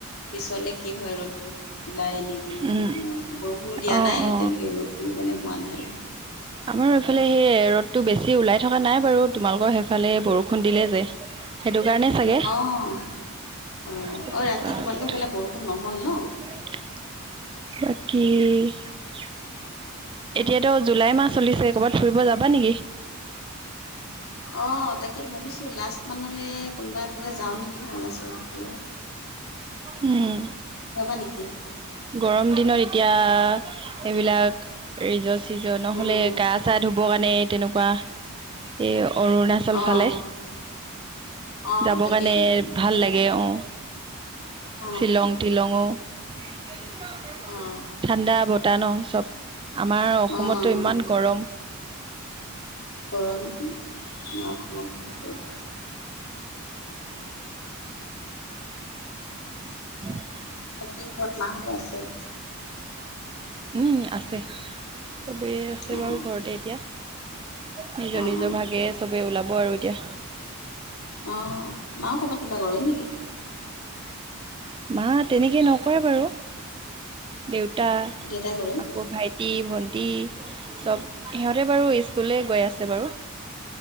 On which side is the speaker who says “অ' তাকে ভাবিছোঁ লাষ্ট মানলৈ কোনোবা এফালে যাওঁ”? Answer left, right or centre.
Left